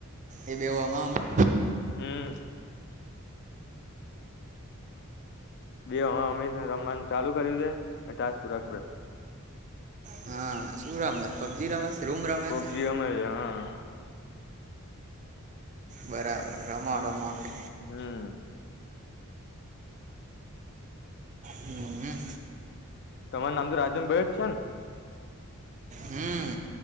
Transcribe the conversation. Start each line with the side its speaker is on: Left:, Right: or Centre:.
Right: એ બેવ હામા-હામી
Left: હમ બેવ હોમા-હોમી રમવાન ચાલુ કર્યું છે, અન ટાસ્ક પૂરા કરે. બોલો,
Right: હા
Left: બીજું શું કરો?
Right: રમે છે પબજી રમે છે રૂમ રમે
Left: પબજી
Right: છે
Left: રમે છે. હન.
Right: બરાબર રમા રમ આવે.
Left: હમ્મ.
Right: હમ
Left: તમારું નામ તો રાજનભાઈ જ છે ને?
Right: હમ